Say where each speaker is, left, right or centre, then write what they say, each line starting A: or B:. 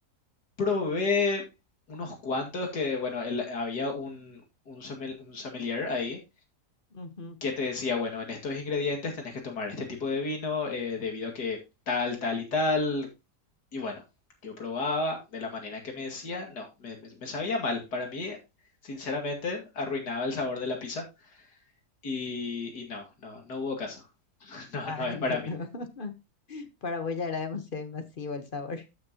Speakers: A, on the left; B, on the left.
A: Probé unos cuantos que, bueno, el- había un, un sommel- un sommelier ahí
B: Ujú.
A: que te decía, bueno, en estos ingredientes tenés que tomar este tipo de vino eh, debido a que tal, tal y tal. Y bueno, yo probaba de la manera que me decía, no, me, me- me sabía mal. Para mí, sinceramente, arruinaba el sabor de la pizza y, y no, no, no hubo caso. <laughs> No,
B: Ah,
A: no
B: <laughs>
A: es
B: entiendo.
A: para mí.
B: <laughs> Para vos ya era demasiado invasivo el sabor.